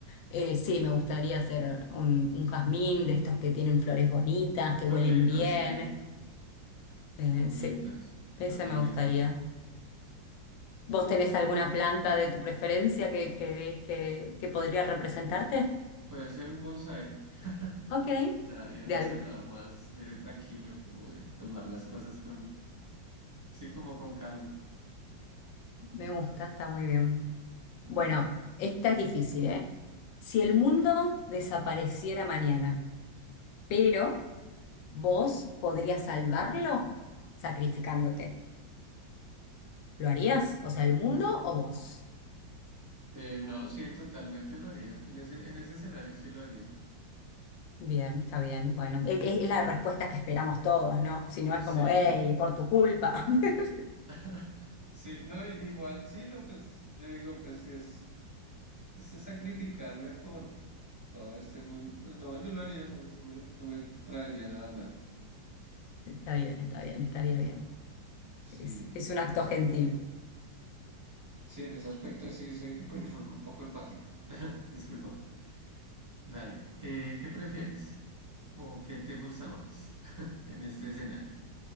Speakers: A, on the left; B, on the right.
A: Eh, sí, me gustaría ser un, un jazmín de estos que tienen flores bonitas, que
B: Son
A: huelen
B: lindos,
A: bien.
B: sí, son
A: Eh,
B: muy
A: sí,
B: lindos.
A: ese
B: Los jazmín
A: me gustaría.
B: son
A: ¿Vos
B: listos.
A: tenés alguna planta de tu preferencia que crees que, que podría representarte?
B: Puede ser un bonsái, <laughs>
A: Ok,
B: ya yéndose
A: de al-
B: al lado más de tranquilo, como de tomar las cosas con, sí, como con calma.
A: me gusta, está muy bien.
B: Listo,
A: Bueno, esta es difícil, ¿eh? Si
B: dale.
A: el mundo desapareciera mañana, pero vos podrías salvarlo sacrificándote, ¿lo harías? O sea, ¿el mundo o vos?
B: Eh, no, sí, totalmente lo haría. En ese, en ese escenario sí lo haría.
A: Bien, está bien. Bueno, e- e- es, la respuesta que esperamos todos, ¿no? Si no
B: Sí.
A: es como, hey, por tu culpa. <laughs>
B: <laughs> Sí, no, i- igual, sí, no, pues yo digo, pues si es, si es sacrificarme por todo este mundo, pues no, yo lo haría, no, no me, no me traería nada malo.
A: Está bien, está bien, estaría bien.
B: Sí,
A: Es, es un acto gentil.
B: sí, en ese aspecto sí soy <clears throat> un poco empático. <laughs> Disculpa. Dale, eh, ¿qué prefieres? ¿O qué te gusta más <laughs> en este escenario?